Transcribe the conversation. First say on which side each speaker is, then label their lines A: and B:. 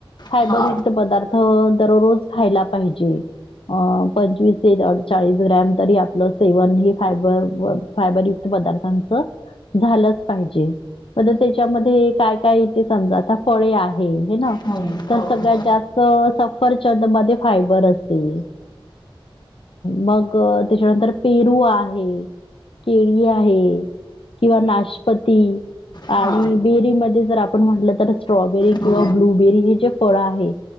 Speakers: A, on the left; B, on the left.
A: फायबरयुक्त
B: हा
A: पदार्थ दररोज खायला पाहिजे अ पंचवीस तेडचाळीस ग्राम तरी आपलं सेवन हे फायबर फायबरयुक्त पदार्थांच झालंच पाहिजे म त्याच्यामध्ये काय काय तेे समजा आता फळे आहे हे ना
B: हो
A: तर
B: हो
A: सगळ्यात
B: हो
A: जास्त सफरचंद मध्ये फायबर असतेम् मग त्याच्यानंतर पेरू आहे केळी आहे किंवा नाशपती.
B: हा
A: आणि बेरीमध्ये जर आपण म्हटलं तर स्ट्रॉबेरी
B: हा
A: किंवा ब्लूबेरी हे जे फळ आहे.